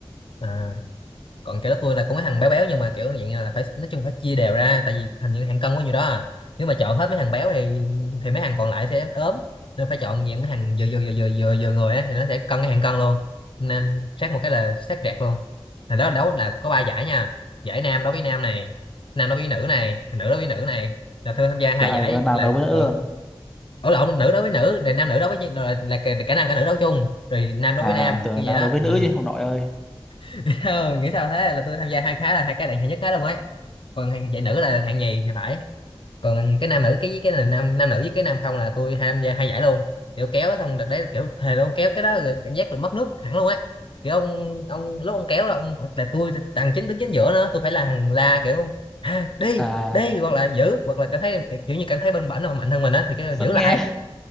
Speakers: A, on the left; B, in the centre.
A: à, còn kiểu đó tôi là cũng mấy thằng béo béo nhưng mà kiểu dạng như là phải nói chung phải chia đều ra tại vì hình như hàng cân có nhiều đó à. nếu mà chọn hết mấy thằng béo thì thì mấy thằng còn lại sẽ ốm nên phải chọn dạng mấy thằng vừa vừa vừa vừa vừa vừa người á thì nó sẽ cân cái hàng cân luôn nên xét một cái là xét rẹt luôn thì đó đấu là có ba giải nha giải nam đối với nam này nam đối với nữ này nữ đối với nữ này là tôi tham gia hai
B: chả ai
A: giải
B: có nào
A: là
B: đấu với nữ
A: ờ,
B: luôn
A: ở lộn nữ đối với nữ này nam nữ đối với là, là, cả- là cả nam cả nữ đấu chung rồi nam đối
B: à
A: với nam
B: tưởng
A: kiểu
B: nào
A: vậy đó
B: đấu với
A: ừ.
B: nữ chứ không nội ơi
A: <laughs> Ờ, nghĩ sao thế là tôi tham gia hai cái là hai cái đạt hạng nhất hết luôn ấy còn hạng giải nữ là được hạng nhì thì phải còn cái nam nữ cái với cái là nam nam nữ với cái nam không là tôi tham gia hai giải luôn kiểu kéo xong đợt đấy kiểu thề luôn kéo cái đó rồi cảm giác là mất nước hẳn luôn ấy kiểu ông ông lúc ông kéo là ông là tôi thằng chính đứng chính giữa nữa tôi phải là thằng la kiểu à, đi
B: à
A: đi hoặc là giữ hoặc là cảm thấy kiểu như cảm thấy bên bển mà mạnh hơn mình á thì cái
B: sao
A: giữ
B: nghe
A: lại